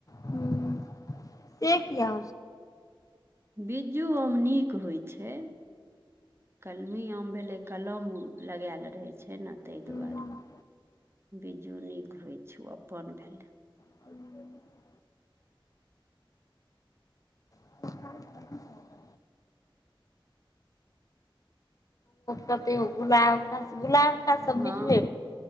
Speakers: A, on the left (about 40°); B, on the right (about 25°).
A: हूँ से किया
B: बिज्जू आम नीक होइ छै। कलमी आम भेलै कलम लगयल रहै छै ने ताहि
A: हूँ
B: दुआरे बिज्जू नीक होइ छै ओ अपन भेलै।
A: <inaudible> <unintelligible> कते गुलाब घास गुलाब खास सब
B: ह,
A: बीजबे